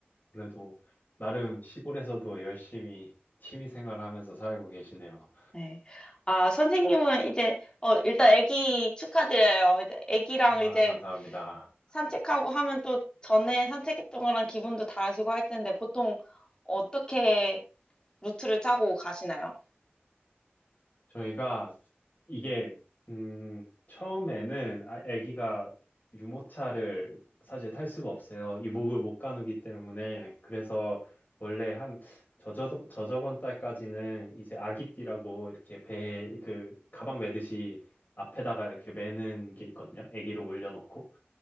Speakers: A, on the left; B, on the left.
A: 그래도 나름 시골에서도 열심히 취미 생활하면서 살고 계시네요.
B: 네. 아, 선생님은 이제, 어, 일단 아기 축하드려요. 이제 아기랑
A: 아,
B: 이제
A: 감사합니다.
B: 산책하고 하면 또 전에 산책했던 거랑 기분도 다르시고 할 텐데 보통 어떻게 루트를 짜고 가시나요?
A: 저희가 이게 음, 처음에는 아- 아기가 유모차를 사실 탈 수가 없어요. 이목을 못 가누기 때문에 그래서 원래 한 저저 저저번 달까지는 이제 아기띠라고 이렇게 배 그 가방 매듯이 앞에다가 이렇게 매는 게 있거든요. 아기를 올려놓고